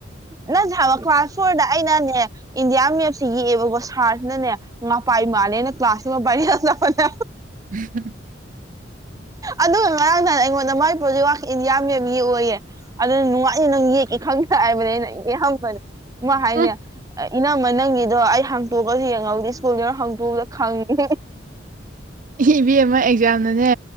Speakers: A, on the right; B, on the right.
A: ꯅꯪ ꯁꯥꯕ ꯀ꯭ꯂꯥꯁ ꯐꯣꯔꯗ ꯑꯩꯅꯅꯦ ꯏꯟꯗꯤꯌꯥ ꯃꯦꯞꯁꯤ ꯌꯦꯛꯑꯦꯕꯀꯣ ꯁꯥꯔꯁꯤꯅꯅꯦ ꯉꯄꯥꯏ ꯃꯥꯜꯂꯦꯅ ꯀ꯭ꯂꯥꯁꯁꯤꯃ ꯔꯤꯂꯄꯅꯦ
B: ꯎꯝ
A: ꯑꯗꯨꯒ ꯉꯔꯥꯡ ꯅꯍꯥꯟꯅ ꯑꯩꯉꯣꯟꯗ ꯃꯥꯏ ꯍꯧꯖꯤꯛ ꯋꯥꯈ ꯏꯟ ꯌꯥꯝ ꯌꯥꯝ ꯌꯦꯛꯑꯣꯌꯦꯦ ꯑꯗꯨꯅ ꯅꯨꯡꯉꯥꯏꯏ ꯅꯪ ꯌꯦꯛꯀꯦ ꯈꯪꯗꯦ ꯍꯥꯏꯕꯅꯦ ꯑꯩꯅ ꯌꯦ ꯍꯕꯅꯦ ꯃ ꯍꯥꯏꯅꯦ
B: ꯎꯝ
A: ꯏꯅꯝꯃ ꯅꯪꯒꯤꯗꯣ ꯑꯩ ꯍꯥꯡꯇꯣꯛꯑꯒꯁꯨ ꯌꯦꯡꯍꯧꯗꯦ ꯁ꯭ꯀꯨꯜꯗꯨꯔ ꯍꯥꯡꯇꯣꯛꯑꯒ ꯈꯪꯉꯤ
B: ꯏ ꯚ ꯑꯃ ꯑꯦꯛꯖꯥꯝꯅꯅꯦ